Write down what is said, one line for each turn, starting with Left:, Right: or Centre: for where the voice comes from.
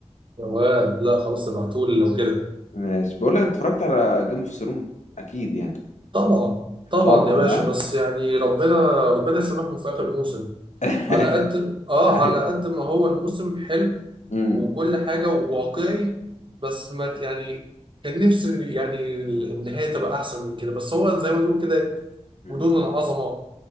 Right: يا واد لا خلاص ابعتهولي لو كده
Left: ماشي بقول لك اتفرجت على جيم اوف ثرون اكيد يعني
Right: طبعا طبعا
Left: طبعا
Right: يا باشا
Left: ها
Right: بس يعني ربنا ربنا يسامحهم في آخر موسم
Left: <laughs>
Right: على قد آه
Left: أيوة.
Right: على قد ما هو الموسم حلو
Left: امم
Right: وكل حاجة وواقعي بس ما ك- يعني كان نفسي يعني ال- النهاية تبقى أحسن من كده بس هو زي ما تقول كده
Left: امم
Right: جنون العظمة